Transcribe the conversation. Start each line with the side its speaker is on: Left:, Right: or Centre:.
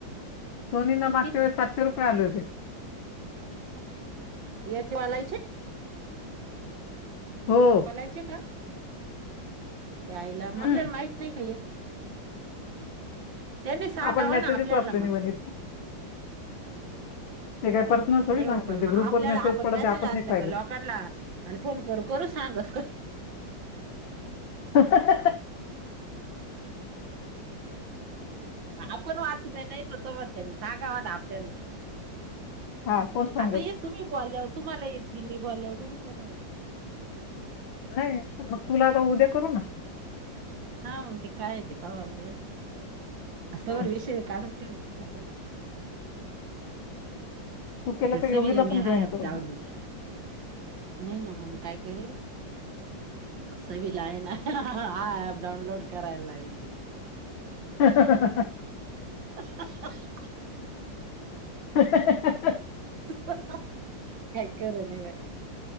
Left: सोनी ना मागच्या
Right: कि
Left: वेलीस सातशे रुप ये आले होते.
Right: यांचेवाळेचे
Left: हो
Right: बोलायचे का? यायला मग
Left: हम्म
Right: आपल्याला माहित नाही ग हे त्यांनी सांगावा
Left: आपण मेसेजच
Right: ना आपल्याला
Left: वाचले
Right: मग.
Left: नाही वनित ते
Right: च्यायला
Left: काय पर्सनल
Right: नाही
Left: थोडी सांगतील
Right: हो, पण मग
Left: ते ग्रुपवर
Right: आपल्याला आपण
Left: पडत
Right: मेसेज असल
Left: नाही पाहिलं
Right: का लॉकरला आणि फोन करू करू सांगत
Left: हा हा हा हा
Right: आपण वाचल नाही तर समोरचं सागावा ना आपल्याला.
Left: हा कोण सांगल?
Right: आता हे तुम्ही बोलल्यावर तुम्हाला येती मी बोलल्यावर थोडीच येणार य
Left: नाही, मग तुला आता उद्या करू ना.
Right: हा मग ते काय य ते पावा लागलं तोवर
Left: हम्म.
Right: विषय काढून ठेव. सकाळी
Left: तू केलं
Right: त्या
Left: का
Right: सविला
Left: योगीला
Right: मी
Left: पण जॉईन
Right: हाय <unintelligible>
Left: करू
Right: नाही ना मग काय करेल सवि ला आहे ना. हा ह ऍप डउनलोड कराय लाविते.
Left: <inaudible>
Right: <inaudible>
Left: ह <unintelligible>
Right: काय खरं नाही बाई.